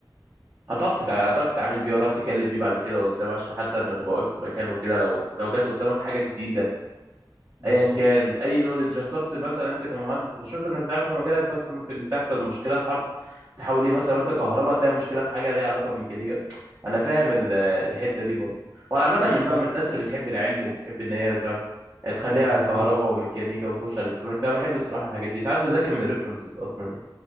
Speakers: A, on the right (about 35°); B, on the right (about 85°).
A: هتعرف تتع... هتعرف تتعامل بيه وهتعرف تتكلم بيه بعد كده قدام عشان حتى لما تبقى واقف في مكان وكده لو لو جات قدامك حاجه جديده
B: بالظبط
A: ايا كان اي نولج اخترت مثلا انت كمهندس مش شرط انك تتعامل في مجالك بس ممكن تحصل مشكله في حرف تحاول ايه مثلا وانت كهرباء تلاقي مشكله في حاجه ليها علاقه بميكانيكا انا فاهم ال- الحته دي برضه وانا عامه من
B: د- فدي
A: نوع من الناس اللي بتحب العلم وبتحب ان هي فاهم تخليها
B: حاجه جميله
A: كهرباء وميكانيكا وتخش الكترونكس انا بحب الصراحه الحاجات دي ساعات بذاكر من الريفرنسز اصلا يعني